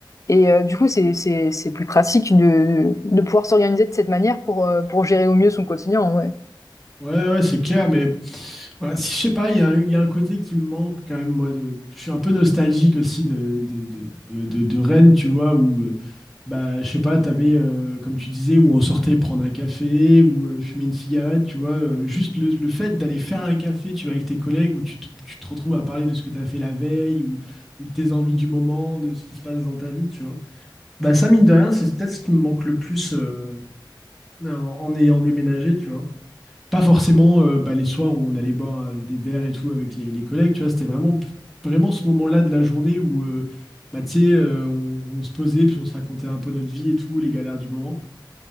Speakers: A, on the left (about 40°); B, in the centre.
A: Et euh, du coup, c'est- c'est c'est plus pratique de, de pouvoir s'organiser de cette manière pour, euh, pour gérer au mieux son quotidien, en vrai.
B: Ouais, ouais, c'est clair, mais Voilà, si, je sais pas, il y, a un- il y a un côté qui me manque quand même, moi. De, je suis un peu nostalgique aussi de, de, de, de, de- de Rennes, tu vois, où, euh, bah, je sais pas, t'avais, euh, comme tu disais, où on sortait prendre un café, ou euh, fumer une cigarette, tu vois. euh, juste le, le fait d'aller faire un café, tu vois, avec tes collègues, où tu te, tu te retrouves à parler de ce que t'as fait la veille, ou, ou de tes envies du moment, de ce qui se passe dans ta vie, tu vois. Bah, ça, mine de rien, c'est peut-être ce qui me manque le plus euh, en, en ayant déménagé, tu vois pas forcément euh, bah, les soirs où on allait boire euh, des verres et tout avec les, les collègues, tu vois, c'était vraiment, vraiment ce moment-là de la journée où, euh, bah, tu sais, euh, on, on se posait, puis on se racontait un peu notre vie et tout, les galères du moment.